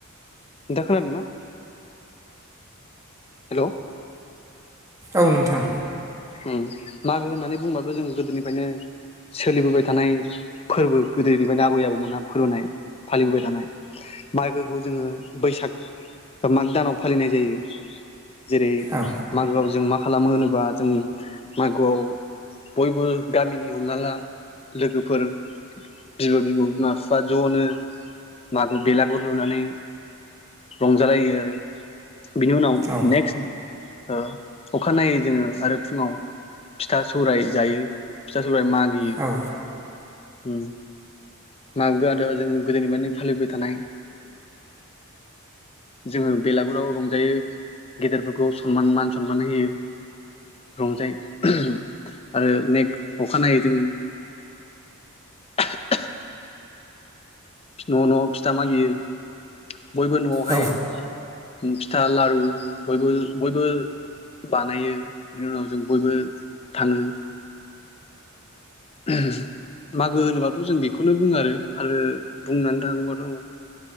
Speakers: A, on the left (about 25°); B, on the right (about 15°).
A: नोंथां खोनादों ना? हेलौ।
B: औ नोंथां।
A: ओम मागो होननानै बुंबाथ' जों गोदोनिफ्रायनो सोलिबोबाय थानाय फोरबो गोदोनिफ्रायनो आबै आबौमोना <unintelligible> फालिबोबाय थानाय मागोखौ जोङो बैसाग बा माग दानाव फालिनाय जायो। जेरै
B: औ
A: मागोआवजों मा खालामो नों बा जों मागोआव बयबो गामिनि हमना ला लोगोफोर बिबै बिबौ बिमा बिफा ज'नो मागो बेलागुर लुनानै रंजालायो आरो। बिनि उनाव
B: औ
A: नेकस्ट ओ अखानायै जोङो आरो फुङाव फिथा सौराय जायो फिथा सौराय मागियो
B: औ
A: ओम। मागोयाथ' जों गोदोनिफ्रायनो फालिबाय थानाय जोङो बेलागुराव रंजायो गेदेरफोरखौ सनमान मान सनमान होयो। रंजायो। <unintelligible> आरो नेक अखानायैै जोङो <unintelligible> न' न' फिथा मागियो। बयबो न'आवहाय
B: औ
A: <unintelligible> फिथा लारु बयबो बयबो बानायो बेनि उनाव जों बयबो थाङो। <unintelligible> मागो होनोबाथ' जों बेखौनो बुङो आरो आरो बुंनानै थाङो बाथ'